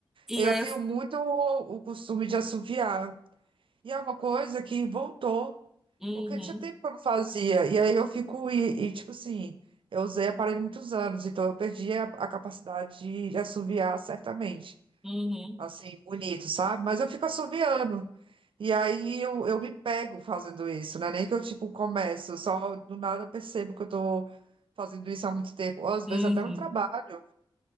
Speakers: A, in the centre; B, on the right.
A: E
B: Eu
A: aí
B: tenho
A: eu. f-
B: muito o, o costume de assoviar. E é uma coisa que voltou,
A: Uhum,
B: porque tinha tempo que eu não fazia. E aí eu fico, e, e, tipo assim, eu usei aparelho muitos anos, então eu perdi a, a capacidade de, de assoviar certamente.
A: uhum,
B: Assim, bonito, sabe? Mas eu fico assoviando. E aí eu, eu me pego fazendo isso, não é nem que eu, tipo, começo, só do nada eu percebo que eu tô fazendo isso há muito tempo. Ou às vezes
A: uhum,
B: até no trabalho.